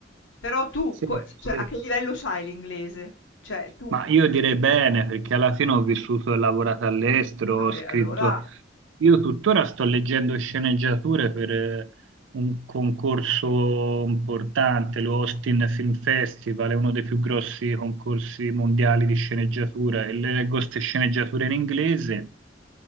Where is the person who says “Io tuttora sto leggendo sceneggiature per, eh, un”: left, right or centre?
Right